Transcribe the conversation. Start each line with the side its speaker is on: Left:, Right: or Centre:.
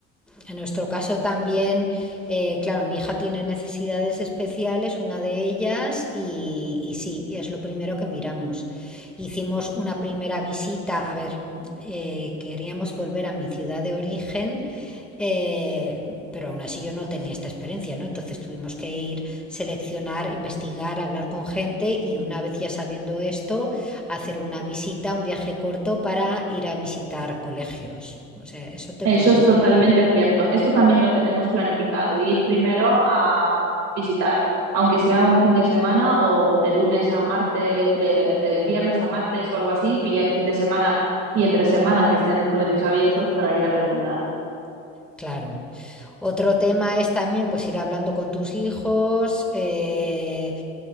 Centre: En nuestro caso también, eh, claro, mi hija tiene necesidades especiales, una de ellas, y, y sí, es lo primero que miramos. Hicimos una primera visita, a ver, eh, queríamos volver a mi ciudad de origen, eh, pero aún así yo no tenía esta experiencia, ¿no? Entonces tuvimos que ir, seleccionar, investigar, hablar con gente y una vez ya sabiendo esto, hacer una visita, un viaje corto para ir a visitar colegios. O sea, eso te
Right: Eso
Centre: puedo
Right: es
Centre: decir.
Right: totalmente cierto. Esto también lo tenemos planificado, ir primero a visitar, aunque sea un fin de semana o de lunes a martes, de, de viernes a martes o algo así, pillar fin de semana y entre semana que estén los colegios abiertos para ir a preguntar.
Centre: Claro. Otro tema es también pues ir hablando con tus hijos eh,